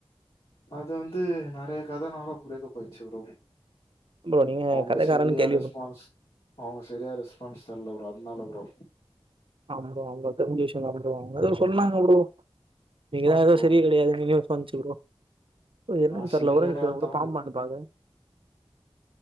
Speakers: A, on the left (about 65°); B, on the right (about 60°).
A: அது வந்து நெறைய கதனால ப்ரேக்கப்பாய்ச்சு ப்ரோ
B: ப்ரோ நீங்க
A: அவுங்க
B: கதைக்காரன்னு
A: செரியா
B: கேள்வி
A: ரெஸ்பான்ஸ் அவுங்க செரியா ரெஸ்பான்ஸ் தரல ப்ரோ அதனால ப்ரோ
B: ஆம் ப்ரோ அவுங்க தெரிஞ்ச விஷயம்தா ப்ரோ அவங்க எதோ சொன்னாங்க ப்ரோ நீங்கதா
A: ஆம்
B: எதோ
A: ப்ரோ
B: செரி கெடையாதுனு நியூஸ் வன்ச்சு ப்ரோ என்னன்னு
A: நா சரி
B: தெர்ல ஒரே
A: கிடையாதுதா
B: நிமிஷோ இருங்க ப்ரோ கூட பாம்பான்னு பாக்கறே